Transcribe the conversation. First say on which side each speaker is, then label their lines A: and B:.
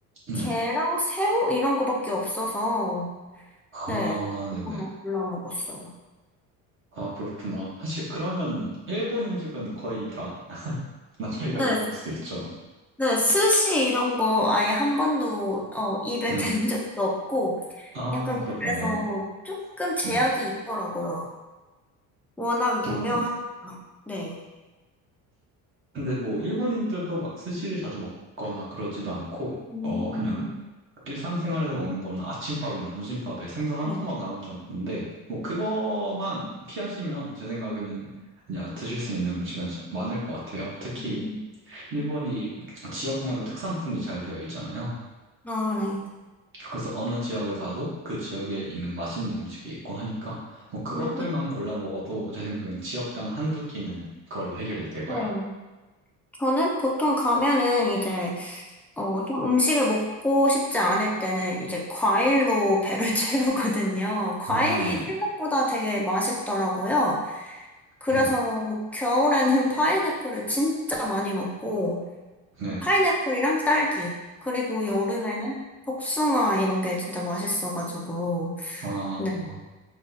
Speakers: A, on the right; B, in the centre.
A: 네.
B: 게랑 새우 이런 거밖에 없어서,
A: 아,
B: 네.
A: 네네.
B: 그것만 골라 먹었어요.
A: 아, 그렇구나. 사실 그러면 일본 음식은 거의 다 나날이라고
B: 네,
A: 볼 수도 있죠.
B: 네, 스시 이런 거 아예 한 번도 어, 입에
A: 네.
B: <laughs> 댄 적도 없고,
A: 아,
B: 약간
A: 그렇구나.
B: 그래서 조금 제약이
A: 네.
B: 있더라고요. 워낙
A: 그렇군.
B: 유명하니까. 네.
A: 근데 뭐, 일본인들도 막 스시를 자주 먹거나 그러지도 않고,
B: 음,
A: 어, 그냥 일상생활에서 먹는 거는 아침밥이나 점심밥에 생선 한
B: 네.
A: 토막 나오는 정도인데, 뭐, 그거만 피하시면 제 생각에는 그냥 드실 수 있는 음식은 참 많을 것 같아요. 특히,
B: 음,
A: 일본이 지역마다 특산품이 잘 되어 있잖아요.
B: 아, 네.
A: 그래서 어느 지역을 가도 그 지역에 있는 맛있는 음식이 있고 하니까 뭐 그것들만
B: 음, 그쵸.
A: 골라 먹어도 제 생각엔 지역당 한두 끼는 그걸로 해결이 되고요.
B: 네. 저는 보통 가면은 이제, 어, 좀 음식을 먹고 싶지 않을 때는 이제 과일로 배를 <laughs> 채우거든요. 과일이
A: 아, 네.
B: 생각보다 되게 맛있더라고요. 그래서
A: 네.
B: 겨울에는 <laughs> 파인애플을 진짜 많이 먹고,
A: 네.
B: 파인애플이랑 딸기, 그리고 여름에는 복숭아 이런 게 진짜 맛있어가지고.
A: 아,
B: 네.